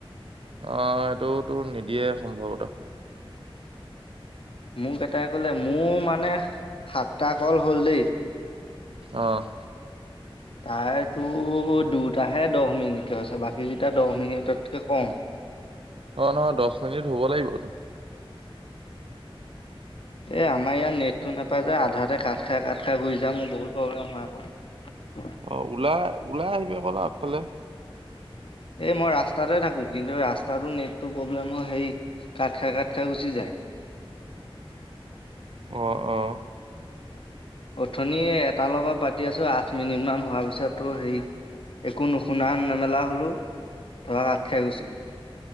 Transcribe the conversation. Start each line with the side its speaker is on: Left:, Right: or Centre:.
Right: অ', সেইটো তোৰ নিদিয়ে সম্ভৱত।
Left: মোক এটাই ক'লে, মোৰ মানে সাতটা কল হ'ল দেই।
Right: অ'।
Left: তাইৰটো দুটাহে দহ মিনিটকে হৈছে, বাকীকিটা দহ মিনিটতকে কম।
Right: অ', নহয় দচ মিনিট হব লাগিব ইটো।
Left: এ আমাৰ ইয়াত নেটটো নাপায় যে, আধাতে কাট খাই কাট খাই গুচি যায় মোৰ বহুত প্ৰব্লেম হয় আকৌ। <inaudible>
Right: অ', ওলাই ওলাই আহিবি অকন আগফালে।
Left: এই মই ৰাস্তাতে থাকো, কিন্তু ৰাস্তাটো নেটটো প্ৰব্লেম হয় সেই কাট খাই কাট খাই গুচি যায়। <inaudible>
Right: অ অ
Left: অথনি এটাৰ লগত পাতি আছো আঠ মিনিট মান হোৱাৰ পিছ তোৰ হেৰি একো নুশুনা নেমেলা হ'লো, ধৰা কাট খাই গুচি গল।